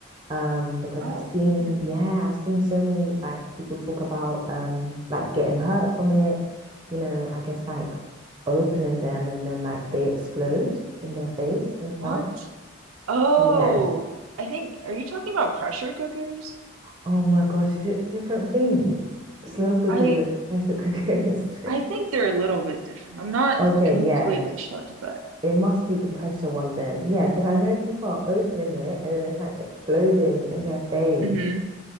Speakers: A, on the right; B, on the right.
A: Um, because
B: Oh,
A: I've seen,
B: hmm.
A: yeah, I've seen so many like people talk about um like getting hurt from it, you know, I guess like opening them and then like they explode in their face and stuff.
B: What? Oh,
A: Yeah.
B: I think are you talking about pressure cookers?
A: Oh my gosh, is it different things? Slow cookers
B: I
A: and pressure cookers. <laughs>
B: I think they're a little bit different. I'm not
A: Okay,
B: completely
A: yeah.
B: sure, but
A: It must be the pressure one then. Yeah, because I know people are opening it and then it's like exploding in their face.
B: hmm